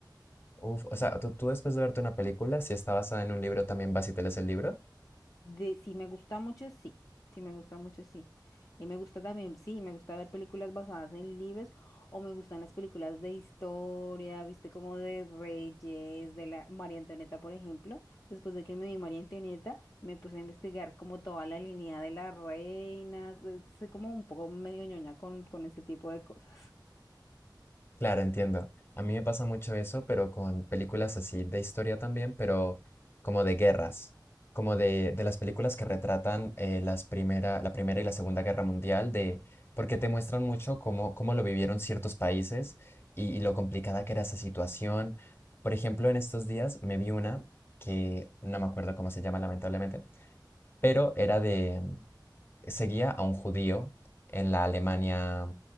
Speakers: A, on the left; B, on the left.
A: Uf, o sea, tú, tú después de verte una película, si está basada en un libro, también vas y te lees el libro.
B: De, si me gusta mucho, sí. Si me gusta mucho, sí. Y me gusta también, sí, me gusta ver películas basadas en libros o me gustan las películas de historia, viste, como de Reyes, de la María Antonieta, por ejemplo. Después de que me vi María Antonieta, me puse a investigar como toda la línea de las reinas. eh, Soy como un poco medio ñoña con, con ese tipo de cosas. <laughs>
A: Claro, entiendo. A mí me pasa mucho eso, pero con películas así de historia también, pero como de guerras, como de, de las películas que retratan eh, las primera, la Primera y la Segunda Guerra Mundial, de, porque te muestran mucho cómo, cómo lo vivieron ciertos países y, y lo complicada que era esa situación. Por ejemplo, en estos días me vi una que no me acuerdo cómo se llama, lamentablemente, pero era de, seguía a un judío en la Alemania